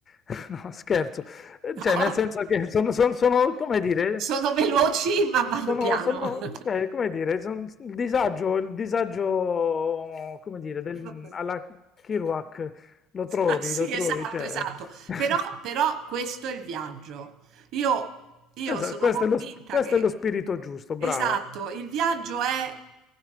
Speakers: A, on the left; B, on the right.
A: <laughs> No, scherzo, Eh,
B: No.
A: cioè
B: <laughs>
A: nel senso che sono, sono- sono, come dire,
B: Sono veloci ma vanno
A: sono,
B: piano.
A: sono,
B: <laughs>
A: cioè, come dire, son- il disagio, il disagio, come dire, del,
B: Va bene.
A: alla Kerouac, lo
B: <laughs>
A: trovi,
B: Ah, Sì,
A: lo trovi,
B: esatto,
A: cioè...
B: esatto.
A: <laughs>
B: Però, però questo è il viaggio. Io, io
A: Esatto,
B: sono
A: questo
B: convinta
A: è lo, sp- questo
B: che,
A: è lo spirito giusto,
B: esatto,
A: brava.
B: il viaggio è